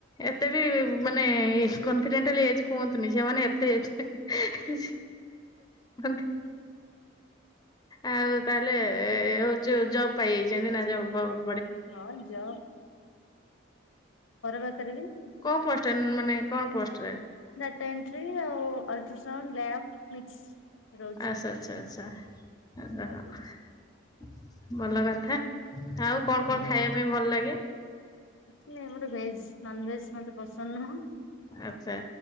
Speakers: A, on the left; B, on the left.
A: ଏତେ ବି ମାନେ କନଫିଡେଣ୍ଟାଲ ଏଜ କୁହନ୍ତୁନି ଝିମାନେ ଏତେ ଏଜ। <unintelligible> ଆଉ ତାହେଲେ ଏ ହଉଚୁ ଜବ ପାଇଯାଇଛନ୍ତି ନା ଜବ ଫପ୍।
B: ହଁ ଯାଅ। ପାଖରେ ବି
A: କଣ ପୋଷ୍ଟରେ ମାନେ କଣ ପୋଷ୍ଟରେ।
B: ଡାଟା ଏଣ୍ଟ୍ରି ଆଉ ଅଲଟ୍ରାସାଉଣ୍ଡ ଲ୍ୟାବ ମିକ୍ସ। ରହୁଛି
A: ଆଚ୍ଛା ଆଚ୍ଛା ଆଚ୍ଛା ଆଚ୍ଛା
B: ଆଜ୍ଞା।
A: ହଁ। ଭଲ କଥା ଆଉ କଣ
B: ଆଜ୍ଞା।
A: କଣ ଖାଇବା ପାଇଁ ଭଲ ଲାଗେ।
B: କିଛି ନାହିଁ ମୋର ଭେଜ୍ ନନଭେଜ୍ ମୋତେ ପସନ୍ଦ ନୁହଁ।
A: ଆଚ୍ଛା